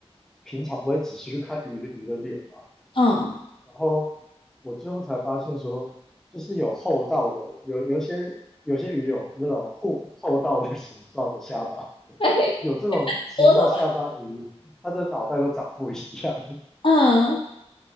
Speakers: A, in the centre; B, on the left.
A: 平常不会仔细去看鱼的鱼的脸嘛，
B: 嗯
A: 然后我最后才发现说，就是有厚道的，有有一些有些鱼有那种厚厚道的形状的下巴，<laughs>
B: 那多
A: 有这种形状下巴鱼，
B: 的吧
A: 它的脑袋都长不一样。
B: <laughs>？嗯，